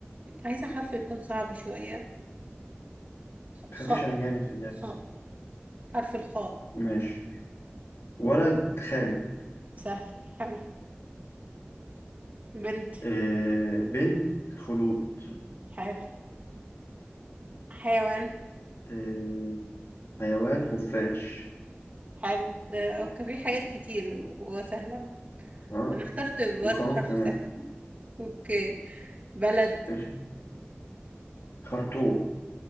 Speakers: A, on the right; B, on the left.
A: عايزة حرف يكون صعب شوية
B: متخافيش
A: خاء
B: أنا جامد في اللعب
A: خاء حرف الخاء
B: ماشي ولد خالد
A: سهل حلو بنت
B: آه بنت خلود
A: حلو حيوان
B: آه حيوان خفاش
A: حلو ده كان في حاجات كتير وسهلة
B: آه
A: انا اخترت برضه
B: وخروف
A: حرف
B: كمان
A: سهل اوكي بلد
B: ماشي خرطوم